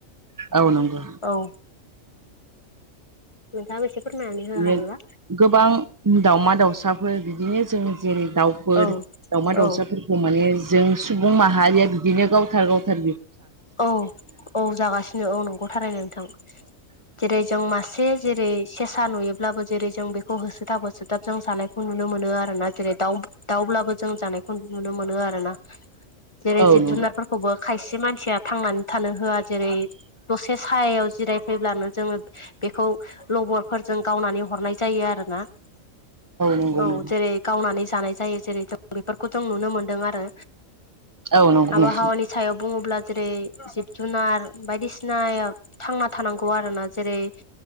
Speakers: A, on the right; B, on the left.
A: औ नंगौ
B: औ नोंथांङाबो एसे फोरमायनानै होनो
A: <unintelligible>
B: हायोबा
A: गोबां दावमा दाउसाफोर बिदिनो जों जेरै दाउफोर
B: औ
A: दाउमा दाउसाफोरखौ
B: औ
A: माने जों सुबुं माहारिया बिदिनो गावथार-गावथार
B: औ औ जागासिनो औ नंगौ थारैनो नोंथां जेरै जों मासे जेरै सेसा नुयो ब्लाबो जेरै जों बेखौ होसोथाब होसोथाब जों जानायखौ नुनो मोनो आरोना जेरै दाउ- दाउब्लाबो जों जानाय बेखौ नुनो मोनो आरोना जेरै
A: औ
B: जिब
A: नंगौ
B: जुनारफोरखौबो खायसे मानसिया थांनानै थानो होआ जेरै दसे सायायाव जिराय फैब्लानो जोङो बेखौ लबरफोरजों गावनानै हरनाय जायो आरोना औ
A: नंगौ नोंथां
B: जेरै गावनानै जानाय जायो जेरै जों बेफोरखौथं नुनो मोनदों आरो
A: औ नंगौ
B: आबहावानि
A: नोंथां
B: सायाव बुङोब्ला <unintelligible> जिब जुनार बायदिसिनाय थांना थानांगौ आरो ना जेरै